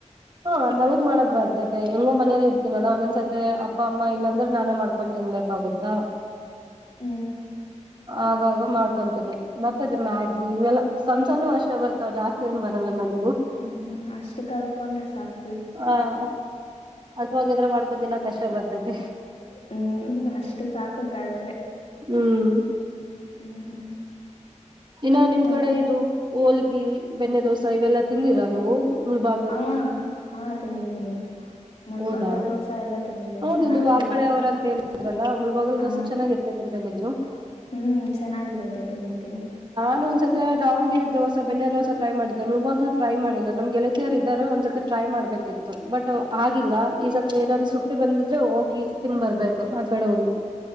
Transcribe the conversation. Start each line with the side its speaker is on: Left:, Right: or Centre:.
Right: ಹಾಂ ನಮಗ್ ಮಾಡಕ್ ಬರ್ತೈತೆ ಹೆಂಗೋ ಮನೇಲಿ ಇರ್ತನಲ್ಲಾ ಒಂದೊಂದ್ಸತಿ ಅಪ್ಪ ಅಮ್ಮ ಇಲ್ಲಾಂದ್ರೆ ನಾನೇ ಮಾಡ್ಕೊಂಡ ತಿನ್ಬೇಕಾಗುತ್ತಾ
Left: ಹ್ಮ್
Right: ಆಗಾಗ ಮಾಡ್ಕೊಂತನನೆ ಮತ್ತ ಅದ ಮ್ಯಾಗಿ ಇವೆಲ್ಲ ಸಣ್ಣ ಸಣ್ಣು ಅಷ್ಟೇ ಬರ್ತಾವ ಜಾಸ್ತಿ ಏನ್ ಬರಲ್ಲ ನನಗೆ
Left: ಹ್ಮ್ ಅಷ್ಟು ಕಲ್ಕೊಂಡ್ರಿ ಸಾಕು
Right: ಹ ಹಸವಾಗದ್ರ ಮಾಡ್ಕೊತಿನ ಕಷ್ಟ ಬರ್ತತಿ
Left: ಹ್ಮ್ ಅಷ್ಟು ಸಾಕು ಕಲ್ಟ್ರಿ
Right: ಹ್ಮ್
Left: ಹ್ಮ್
Right: ಇನ್ನ ನಿಮ್
Left: ಮತ್ತೆ
Right: ಕಡೆ ಇದು ಹೋಲ ಬೆಣ್ಣೆ ದೋಸೆ ಇವೆಲ್ಲ ತಿಂದಿರಾ ನೀವು ಮುಳಬಾಗಲ್
Left: ಹಾ ಹಾ ತಿಂದಿದ್ದೇನಿ ಮುಲ್ಬಾಗಲ್
Right: ಹೌದಾ
Left: ದೋಸೆ ಎಲ್ಲ ತಿಂದಿದ್ದೀನಿ
Right: ಹೌದು
Left: ಚೆನ್ನಾಗ
Right: ನೀವು ಆ
Left: ಇರುತ್ತೆ
Right: ಕಡೆ ಅವ್ರ ಅಂತ ಹೇಳಿದ್ರಲ್ಲ ಮುಳಬಾಗಲ್
Left: ಹ
Right: ದೋಸೆ ಚೆನ್ನಾಗಿರ್ತೈತೆ ಅಂತ ಹೇಳಿದ್ರು
Left: ಹ್ಮ್ ಚೆನ್ನಾಗಿರುತ್ತೆ ತಿಿಂದ ದಿನ
Right: ನ ಒಂದ್ಸತ್ತ ಡಾವಣಗೆರಿ ದೋಸ ಬೆಣನ್ನೆ ದೋಸ ಟ್ರೈ ಮಾಡಿದ್ದ ನೂವಾಗ್ಲು ಟ್ರೈ ಮಾಡಿಲ್ಲ ನಮ್ ಗೆಳತಿಯರ್ ಇದ್ದಾರ ಒಂದ್ಸತಿ ಟ್ರೈ ಮಾಡ್ಬೇಕಿತ್ತು ಬಟ್ ಆಗಿಲ್ಲ ಈ ಸರ್ ಏನಾದ್ರು ಸುಟ್ಟಿ ಬಂದಿದ್ರೆ ಹೋಗಿ ತಿನ್ ಬರ್ಬೇಕು ಆ ಕಡೆ ಹೋಗಿ